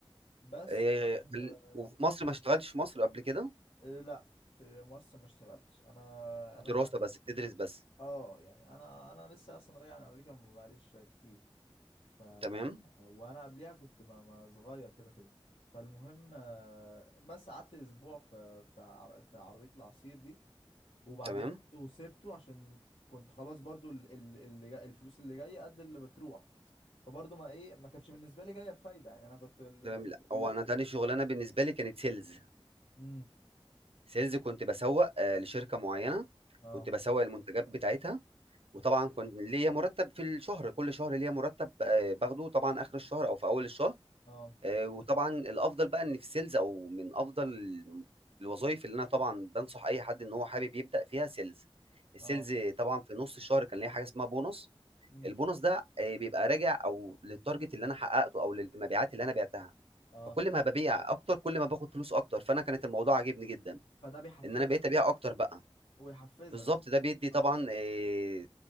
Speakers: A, on the left; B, on the right.
A: بس
B: آه،
A: وبعدها
B: خل- وفي مصر ما اشتغلتش في مصر قبل كده
A: آه، لا في مصر ما اشتغلتش انا انا
B: دراسة
A: انا
B: بس بتدرس بس
A: اه يعني انا انا لسه اصلا راجع من امريكا ما بقاليش كتير ف
B: تمام
A: وانا قبليها كنت ما ما صغير كده كده فالمهم آه، بس قعدت اسبوع في في عر- في عربية العصير دي وبعديها
B: تمام
A: برضه سبته عشان كنت خلاص برضه ال- ال- اللي جاي الفلوس اللي جايه قد اللي بتروح فبرضه ما ايه ما كانتش بالنسبه لي جايه بفايده يعني انا كنت ال...
B: تمام لا هو
A: ال...
B: انا تاني شغلانة بالنسبة لي كانت سيلز
A: امم
B: سيلز كنت بسوق آه، لشركة معينة
A: اه
B: كنت بسوق المنتجات بتاعتها وطبعا كنت ليا مرتب في الشهر كل شهر ليا مرتب آه، باخده طبعا اخر الشهر او في اول الشهر
A: اه
B: آه، وطبعا الافضل بقى ان في سيلز او من افضل الوظائف اللي انا طبعا بنصح اي حد ان هو حابب يبدا فيها سيلز السيلز
A: اه
B: طبعا في نص الشهر كان ليا حاجه اسمها بونص
A: مم.
B: البونص ده آه، بيبقى راجع او للتارجت اللي انا حققته او للمبيعات اللي انا بعتها
A: اه
B: فكل ما ببيع اكتر كل ما باخد فلوس اكتر فانا كانت الموضوع عاجبني جدا
A: فده بيحفزك
B: ان انا بقيت ابيع اكتر بقى
A: ويحفزك
B: بالظبط ده بيدي طبعا
A: اه
B: آه،